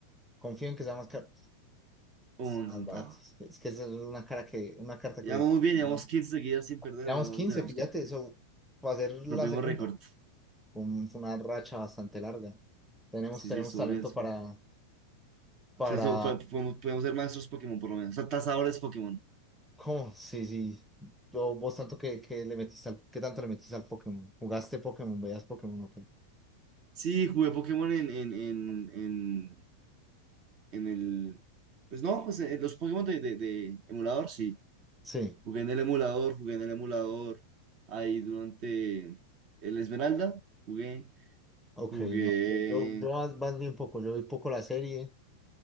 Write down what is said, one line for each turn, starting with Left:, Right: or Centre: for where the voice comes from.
Centre: Confío en que sea más caro.
Right: Un
Centre: Más
Right: centavo.
Centre: baratas. Es que esa es una cara que, una carta
Right: Llevamos
Centre: que
Right: muy bien,
Centre: no.
Right: llevamos 15 seguidas sin perder.
Centre: Llevamos
Right: En algún
Centre: 15,
Right: momento tenemos
Centre: píllate,
Right: que
Centre: eso va a ser la
Right: Rompimos
Centre: segunda.
Right: récord.
Centre: Un- fue una racha bastante larga. Tenemos,
Right: Sí,
Centre: tenemos
Right: sí, estuvo
Centre: talento
Right: bien, estuvo
Centre: para,
Right: bien.
Centre: para,
Right: O sea, eso- po- podemos, podemos ser maestros Pokémon por lo menos. Ta- Tasadores Pokémon.
Centre: ¿cómo? Sí, sí. Yo- vos tanto que, que le metiste al, ¿qué tanto le metiste al Pokémon? ¿Jugaste Pokémon? ¿Veías Pokémon? Ok.
Right: Sí, jugué Pokémon en, en, en, en, en el... Pues no, pues en los Pokémon de, de, de emulador, sí.
Centre: Sí,
Right: Jugué en el emulador, jugué en el emulador. Ahí durante el Esmeralda, jugué,
Centre: ok,
Right: jugué...
Centre: no. Yo, yo, yo más, más bien poco, yo vi poco la serie.